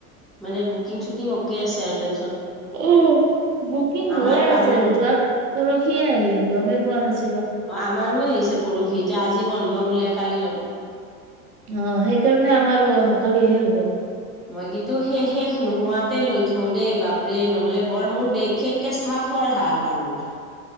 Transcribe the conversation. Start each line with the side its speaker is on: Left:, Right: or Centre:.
Centre: মানে বুকিং চুকিং অকে আছে আৰু টে
Right: উ বুকিং
Centre: আমাৰো
Right: হৈয়ে আছে
Centre: আমাৰ
Right: যোৱা পৰখি আহিল গমেই পোৱা নাছিল।
Centre: অ আমাৰো আহিছে। পৰহি এতিয়া আজি বন্ধ বোলে কালি ল'ম।
Right: অ, সেইকাৰণে আমাৰো অহাকালিহে হৱ।
Centre: মই কিন্তু সেই শেষ নোহোৱাতে লৈ থওঁ দেই বাপৰে নহলে বৰ মোৰ বিশেষকে চাহ খোৱাৰ হাহাকাৰ মোৰ।